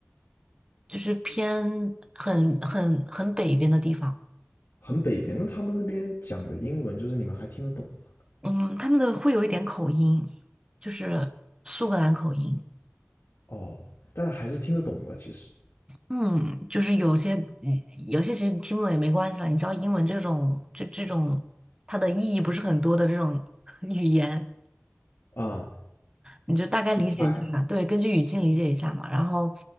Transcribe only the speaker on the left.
很北边，那他们那边讲的英文就是你们还听得懂吗？
哦，但还是听得懂的，其实
啊，
就猜。